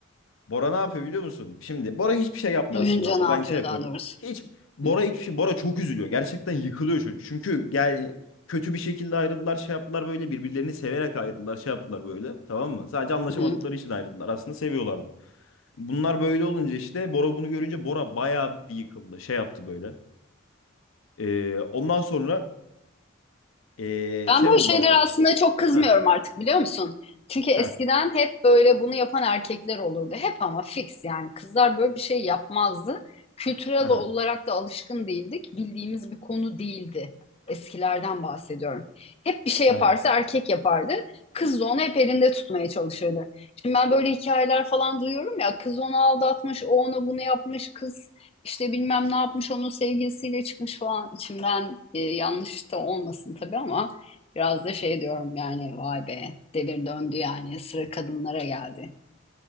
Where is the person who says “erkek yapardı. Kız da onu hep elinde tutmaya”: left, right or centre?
Left